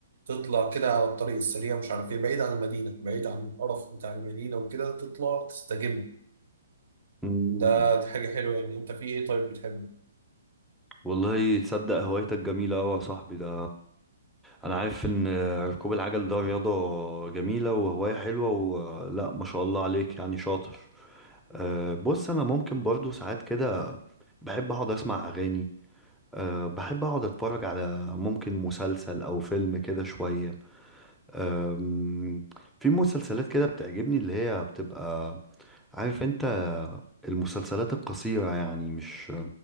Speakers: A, on the right (about 65°); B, in the centre.
A: تطلع كده على الطريق السريع مش عارف إيه بعيد عن المدينة بعيد عن القرف بتاع المدينة وكده تطلع تستجم
B: مم.
A: ده دي حاجة حلوة يعني أنت في إيه طيب بتحبه؟
B: والله تصدق هوايتك جميله قوي يا صاحبي ده انا عارف ان ركوب العجل ده رياضه جميله وهوايه حلوه ولا ما شاء الله عليك يعني شاطر أه بص انا ممكن برضو ساعات كده بحب اقعد اسمع اغاني أه بحب أقعد أتفرج على ممكن مسلسل أو فيلم كده شوية أم، في مسلسلات كده بتعجبني اللي هي بتبقى عارف أنت المسلسلات القصيرة يعني مش